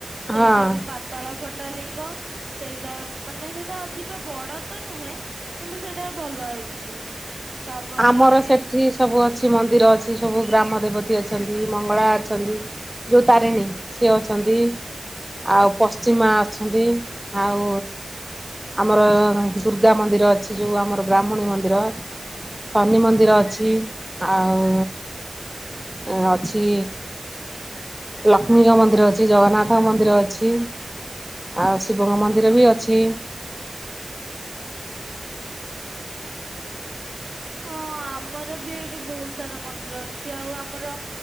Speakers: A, on the right; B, in the centre.
A: ସେଇଟା
B: ହଁ
A: ବି ପାତଳ ଫଟା ଲିଙ୍ଗ ସେଇଟା ମାନେ ସେଇଟା ଅଧିକ ବଡ ତ ନୁହେଁ କିନ୍ତୁ ସେଇଟା ବି ଭଲ ହେଇଛି।। ତାପରେ
B: ଆମର ସେଠି ସବୁ ଅଛି।। କିଛି ମନ୍ଦିର ଅଛି ସବୁ ଗ୍ରାମ ଦେବତୀ ଅଛନ୍ତି ମଙ୍ଗଳା ଅଛନ୍ତି ଯୋଉ ତାରିଣୀ ସିଏ ଅଛନ୍ତି। ଆଉ ପଶ୍ଚିମା ଅଛନ୍ତି ଆଉ ଆମର ଦୁର୍ଗା ମନ୍ଦିର ଅ ଅଛି ଯେଉଁ ଆମର ବ୍ରାହ୍ମଣୀ ମନ୍ଦିର ଶନି ମନ୍ଦିର ଅଛି ଆଉ ଅ ଅଛି ଲକ୍ଷ୍ମୀଙ୍କ ମନ୍ଦିର ଅଛି ଜଗନ୍ନାଥ ମନ୍ଦିର ଅଛି ଆଉ ଶିବଙ୍କ ମନ୍ଦିର ବି ଅଛି
A: ହଁ ଆମର ବି ଏଇଠି ବହୁତ ସାରା ମନ୍ଦିର ଅଛି ଆଉ ଆ ଆମର